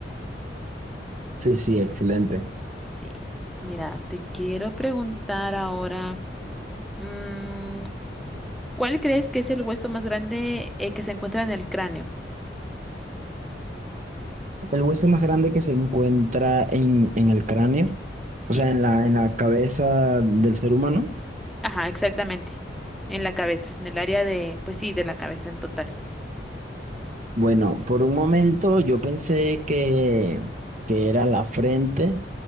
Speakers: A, on the right; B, in the centre.
A: sí, sí, excelente.
B: Sí. Mira, te quiero preguntar ahora, mm, ¿cuál crees que es el hueso más grande eh, que se encuentra en el cráneo?
A: El hueso más grande que se encuentra en, en el cráneo,
B: Sí,
A: o sea, en la, en la cabeza del ser humano.
B: ajá, exactamente. En la cabeza, en el área de, pues sí, de la cabeza en total.
A: Bueno, por un momento yo pensé que, que era la frente,